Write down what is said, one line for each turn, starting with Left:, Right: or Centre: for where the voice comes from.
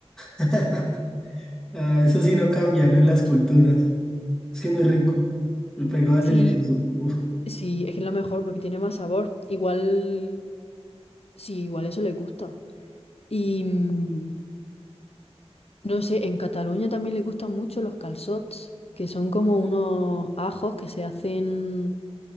Centre: <laughs> Ah, eso sí no cambia, ¿no? En las culturas. Es que muy rico. El pegado es
Left: Sí,
Centre: delicioso. Uf,
Left: sí, es que es lo mejor porque tiene más sabor. Igual, sí, igual eso le gusta. Y mm, no sé, en Cataluña también les gustan mucho los calçots, que son como unos ajos que se hacen